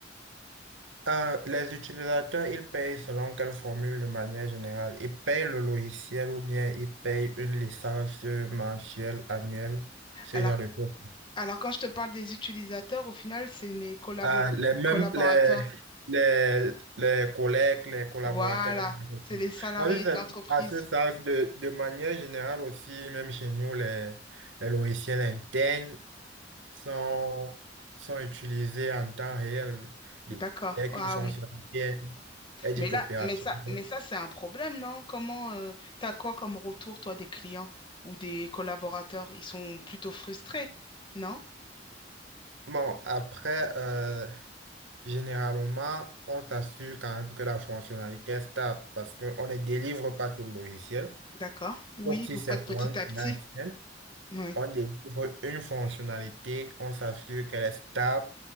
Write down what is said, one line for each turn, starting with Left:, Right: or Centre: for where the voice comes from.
Right: Euh, les utilisateurs, ils payent selon quelle formule de manière générale? Ils payent le logiciel ou bien ils payent une licence mensuelle, annuelle, ce
Left: Alors,
Right: genre de choses.
Left: alors quand je te parle des utilisateurs, au final, c'est mes collabora-
Right: Euh, les mêmes,
Left: collaborateurs.
Right: les, les, les collègues, les collaborateurs.
Left: Voilà, c'est les salariés
Right: Dans ce sens-
Left: de l'entreprise.
Right: à ce sens, de, de manière générale aussi, même chez nous, les, les logiciels internes sont, sont utilisés en temps réel
Left: D'accord.
Right: dès
Left: Ah
Right: qu'une fonctionnalité
Left: oui.
Right: est dite
Left: Mais là,
Right: opérationnelle.
Left: mais ça, mais ça, c'est un problème, non? Comment, euh, t'as quoi comme retour, toi, des clients ou des collaborateurs? Ils sont plutôt frustrés, non?
Right: Bon, après, euh, généralement, on s'assure quand même que la fonctionnalité est stable parce qu'on ne délivre pas tout le logiciel.
Left: D'accord. Oui,
Right: Sauf si
Left: vous
Right: c'est
Left: faites
Right: pour
Left: petit
Right: un client
Left: à petit.
Right: externe,
Left: Oui,
Right: on délivre une fonctionnalité, on s'assure qu'elle est stable